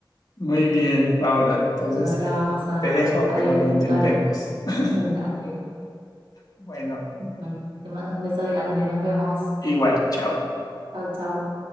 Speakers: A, on the left; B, on the right.
A: Muy bien, Paula. Entonces,
B: Ahora vamos a,
A: te dejo
B: a
A: que
B: disfrutar.
A: lo intentemos. <laughs>
B: Dale.
A: Bueno,
B: Bueno, te mando un beso grande, nos vemos.
A: igual, chao.
B: Chau, chau.